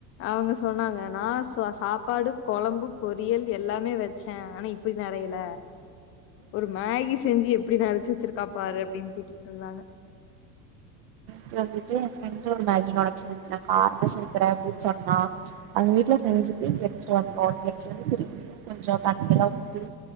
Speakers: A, on the left; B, on the right.
A: அவங்க சொன்னாங்க நாச். நா சாப்பாடு, கொழம்பு, பொரியல் எல்லாமே வச்ச ஆனா இப். அப்படி நெறையல. ஒரு மேகி செஞ்சு. அப்படி நெரச்சு வச்சிருக்கா பாரு அப்படின்னு திட்டிக்கிட்டு இருந்தாங்க
B: த்து வந்துட்டு என் ஃப்ரெண்டு ஒரு மேகினோட நூடுல்ஸ் செஞ்சி தரேன் காரமா செலுத்துறேன் அப்படின்னு சொன்னா அவங்க வீட்டுல செஞ்சுட்டு இங்க எடுத்துட்டு வந்தோ அவங்க எடுத்துட்டு வந்து திரும்பியும் கொஞ்சம் தண்ணி எல்லாம் ஊத்தி